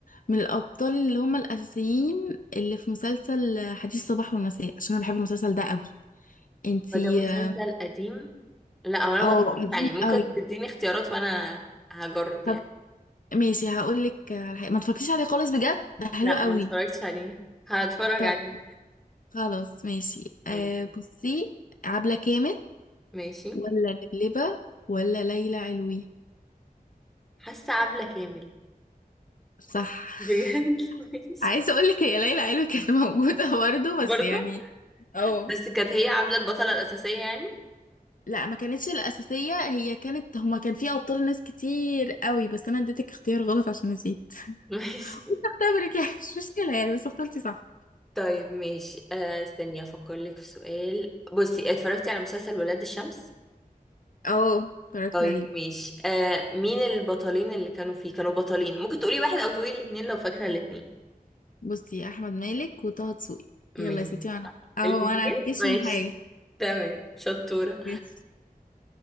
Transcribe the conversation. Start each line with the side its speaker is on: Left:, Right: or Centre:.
Left: من الأبطال اللي هم الأساسيين اللي في مسلسل حديث الصباح والمساء عشان أنا بحب المسلسل ده قوي انتي
Centre: هو ده مسلسل
Left: اه
Centre: قديم لا هو انا
Left: آه،
Centre: ما اتفرجتش
Left: قديم
Centre: عليه ممكن
Left: قوي
Centre: تديني اختيارات وانا هجرب
Left: طب
Centre: يعني
Left: ماشي هقولك على حاجة ما تفكريش عليه خالص بجد ده حلو
Centre: لا
Left: قوي
Centre: ما اتفرجتش عليه هتفرج
Left: طيب
Centre: عليه
Left: خلاص ماشي آه
Centre: م-
Left: بصي عبلة كامل
Centre: ماشي
Left: ولا لبلبة ولا ليلى علوي
Centre: حاسه عبلة كامل
Left: صح
Centre: بجد
Left: <laughs>
Centre: <laughs> ماشي
Left: عايزه اقول لك هي ليلى علوي كانت موجوده <laughs> برضه
Centre: برضه
Left: بس يعني اه
Centre: بس كانت هي عبلة البطلة الأساسية يعني
Left: لا ما كانتش الاساسيه هي كانت هما كان فيها ابطال ناس كتير قوي بس انا اديتك اختيار غلط عشان نسيت
Centre: <laughs> ماشي
Left: <laughs> كنت اختبرك يعني مش مشكله يعني بس اخترتي صح
Centre: طيب ماشي آه استني افكر لك في سؤال بصي اتفرجتي على مسلسل ولاد الشمس
Left: اه اتفرجت
Centre: طيب
Left: عليه
Centre: ماشي آه مين البطلين اللي كانوا فيه كانوا بطلين ممكن تقولي واحد او تقولي الاتنين لو فاكرة الاتنين
Left: بصي احمد مالك وطه دسوقي
Centre: ماشي
Left: يلا يا ستي انا اهو
Centre: الاثنين
Left: انا هتكشف
Centre: ماشي
Left: حاجه
Centre: تمام شطورة
Left: ماشي